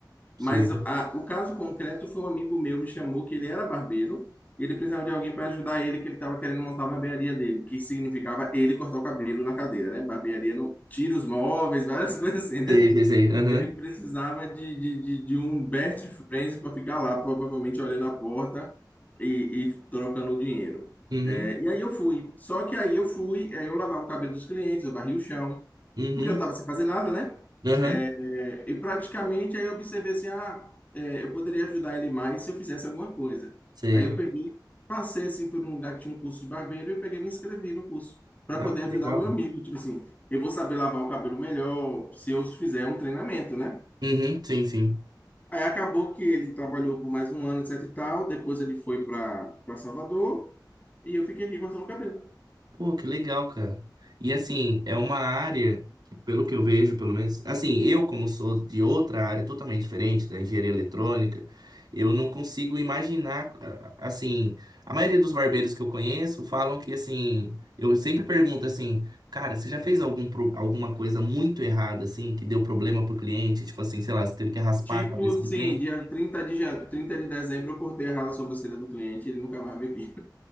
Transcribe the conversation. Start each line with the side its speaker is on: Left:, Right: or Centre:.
Right: Sei.
Left: Mas a- o caso concreto foi um amigo meu me chamou que ele era barbeiro, ele precisava de alguém para ajudar ele, que ele estava querendo montar a barbearia dele, que significava ele cortar o cabelo na cadeira, né? Barbearia não tira os móveis, várias <laughs> coisas assim, né?
Right: Sei, sei, sei. Aham.
Left: Ele precisava de, de, de, de um best friend para ficar lá, provavelmente olhando a porta e, e trocando o dinheiro.
Right: Uhum.
Left: É, e aí eu fui. Só que aí eu fui, aí eu lavava o cabelo dos clientes, eu varria o chão,
Right: Uhum.
Left: porque eu estava sem fazer nada, né?
Right: Aham.
Left: É, e praticamente aí eu observei assim, ah, é, eu poderia ajudar ele mais se eu fizesse alguma coisa.
Right: Sei.
Left: Aí eu peguei, passei assim por um lugar que tinha um curso de barbeiro e peguei e me inscrevi no curso para
Right: Ah,
Left: poder
Right: que
Left: ajudar
Right: legal.
Left: o meu amigo. Tipo assim, eu vou saber lavar o cabelo melhor se eu fizer um treinamento, né?
Right: Uhum. Sim, sim.
Left: Aí acabou que ele trabalhou por mais um ano, etc e tal. Depois ele foi para para Salvador e eu fiquei aqui cortando o cabelo.
Right: Pô, que legal, cara. E assim, é uma área, pelo que eu vejo, pelo menos, assim, eu como sou de outra área totalmente diferente, da engenharia eletrônica, eu não consigo imaginar, a- a- assim, a maioria dos barbeiros que eu conheço falam que, assim, eu sempre pergunto assim, cara, você já fez algum, pro- alguma coisa muito errada, assim, que deu problema pro cliente? Tipo assim, sei lá, você teve que raspar
Left: Tipo,
Right: a cabeça do
Left: sim,
Right: cliente.
Left: dia trinta de, jan... 30 de dezembro eu cortei a rala sobrancelha do cliente, ele nunca mais veio aqui.